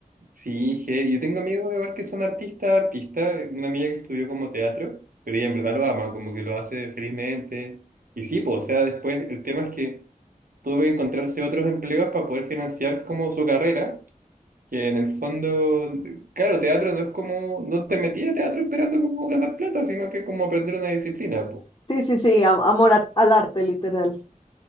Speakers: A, on the right (about 75°); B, on the left (about 30°).
A: Sí, dije, yo tengo amigos igual que son artistas, artistas, una amiga que estudió como teatro, pero ella en verdad lo ama, como que lo hace felizmente. Y sí, pues, o sea, después el tema es que tuve que encontrarse otros empleos para poder financiar como su carrera Que en el fondo, claro, teatro no es como, no te metías a teatro esperando como ganar plata, sino que como aprender una disciplina, po.
B: Sí, sí, sí, am- amor a- al arte, literal.